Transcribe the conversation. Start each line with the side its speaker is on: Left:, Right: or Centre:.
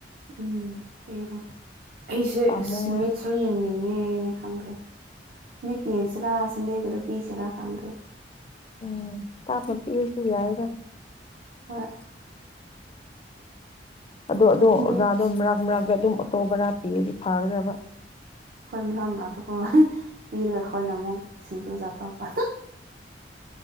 Right: ꯎꯝ ꯄꯤ ꯔꯣ ꯑꯩꯁꯦ
Left: ꯄꯥꯝꯃꯨꯋꯦ
Right: ꯃꯤꯠꯁꯨ ꯌꯦꯡꯅꯤꯡ ꯌꯦꯡꯉꯦ ꯈꯪꯗ꯭ꯔꯦ ꯃꯤꯠ ꯌꯦꯡꯁꯤꯔꯥ ꯁꯟꯗꯦꯒꯗ ꯄꯤꯁꯤꯔꯥ ꯈꯪꯗ꯭ꯔꯦ
Left: ꯎꯝ ꯇꯥꯞꯅꯥ ꯄꯤꯁꯨ ꯌꯥꯗ
Right: ꯍꯣꯏ
Left: ꯑꯗꯣ ꯑꯗꯣ ꯑꯣꯖꯥꯗꯣ
Right: ꯃꯤꯠ
Left: ꯃꯔꯛ ꯃꯔꯛꯇ ꯑꯗꯨꯝ ꯇꯣꯚꯥꯔꯥ ꯄꯤꯗꯤ ꯐꯥꯒꯗꯕ
Right: ꯑꯩꯈꯣꯏ ꯃꯝ ꯔꯥꯊꯣꯛꯄ ꯄꯤꯔ ꯑꯩꯈꯣꯏꯅ ꯑꯃꯨꯛ ꯁꯤꯡꯖꯨ ꯆꯥꯊꯣꯛꯄ